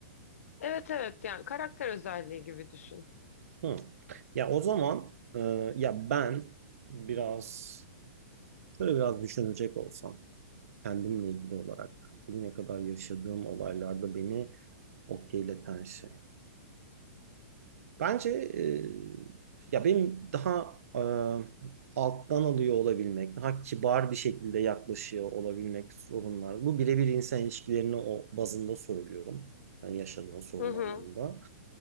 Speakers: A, on the left; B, on the right.
A: Evet evet yani karakter özelliği gibi düşün.
B: Hı. Ya o zaman e, ya ben biraz şöyle biraz düşünecek olsam kendimle ilgili olarak bugüne kadar yaşadığım olaylarda beni okeyleten şey. Bence e, ya benim daha e, alttan alıyor olabilmek, daha kibar bir şekilde yaklaşıyor olabilmek sorunlar. Bu birebir insan ilişkilerini o bazında söylüyorum. Hani yaşadığın sorun
A: Hı hı.
B: anlamında.